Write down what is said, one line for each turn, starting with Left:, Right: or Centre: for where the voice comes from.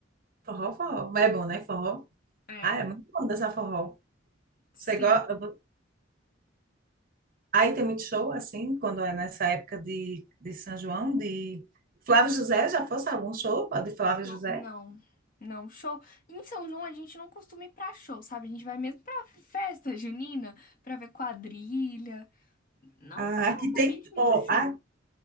Right: Forró, forró. Mas é bom, né? Forró.
Left: É,
Right: Ah, é muito bom dançar forró.
Left: sim.
Right: Você gosta? Aí tem muito show, assim, quando é nessa época de, de São João, de Flávio José, já fosse algum show de Flávio
Left: Show.
Right: José?
Left: Não, não, show. Em São João a gente não costuma ir pra show, sabe? A gente vai mesmo pra festa junina, pra ver quadrilha. Não
Right: Ah, aqui
Left: normalmente
Right: tem,
Left: muito
Right: ó,
Left: show.
Right: A-